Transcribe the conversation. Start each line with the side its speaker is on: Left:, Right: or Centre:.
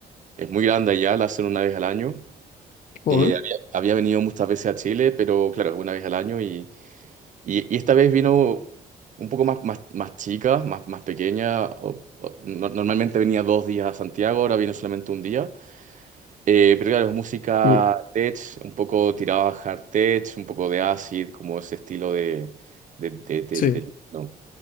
Right: es muy grande allá, la hacen una vez al año.
Left: joder.
Right: Eh, había, había venido muchas veces a Chile, pero claro, es una vez al año y, y- y esta vez vino un poco más, más, más chica, más, más pequeña. o- o- no- normalmente venía dos días a Santiago, ahora vino solamente un día. Eh, pero claro, es música
Left: Mm,
Right: <laughs> tech, un poco tirada a hard tech, un poco de acid, como ese estilo de... de- de- de-
Left: sí.
Right: de- no.